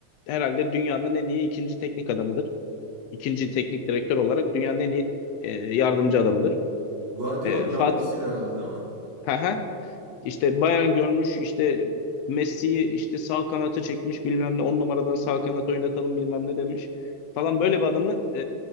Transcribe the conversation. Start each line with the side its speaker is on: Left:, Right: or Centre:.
Left: herhalde dünyanın en iyi ikinci teknik adamıdır. ikinci teknik direktör olarak dünyanın en iyi e, yardımcı adamıdır.
Right: Guardiola'nın
Left: E,
Right: yardımcısıydı
Left: Fat
Right: herhalde değil mi?
Left: ha işte Bayern görmüş işte Messi'yi işte sağ kanata çekmiş bilmem ne 10 numaradan sağ kanat oynatalım bilmem ne demiş falan böyle bir adamı e,